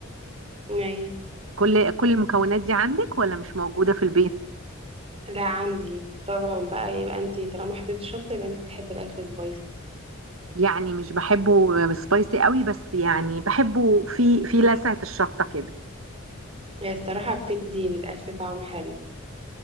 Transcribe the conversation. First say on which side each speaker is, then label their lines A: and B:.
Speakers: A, on the right; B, on the right.
A: اي
B: كل كل المكونات دي عندك ولا مش موجودة في البيت
A: لا عندي طبعا بقى يبقى انت طالما حطيتي الشطه يبقى انت بتحبي الاكل سبايسي
B: يعني مش بحبه سبايسي قوي بس يعني بحبه في في لسعة الشطة كده
A: هي الصراحه بتدي للاكل طعم حلو